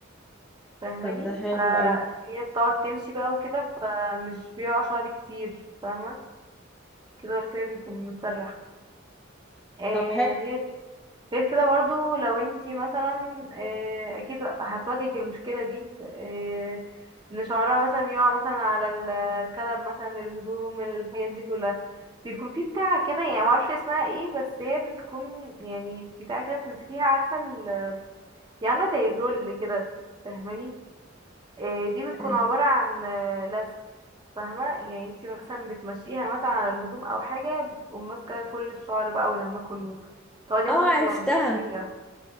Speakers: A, on the right; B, in the centre.
A: فاهماني
B: طب ده حلو
A: فهي
B: قوي
A: بتقعد تمشي بقى وكده فمش بيقع شعر كتير فاهمه كده ولا كده بيكون متسرح آه،
B: طب حلو
A: غير كده برضو لو انتي مثلا آه، اكيد هتواجهك المشكلة دي آه، ان شعرها مثلا يقع مثلا على ال- الكنب مثلا الهدوم الحاجات دي كلها بيكون في بتاع كده يعني معرفش اسمها ايه بس هي بتكون يعني بتاع كده بتمسكيها عارفة ال- هي عاملة زي الرول كده فاهماني آه، دي بتكون
B: آه،
A: عبارة عن آه، لزق فاهمة يعني انتي مثلا بتمشيها مثلا على الهدوم او حاجة بتقوم ماسكة كل الشعر بقى ولما كله تقعدي
B: اه
A: مثلا تنظفيها
B: عرفتها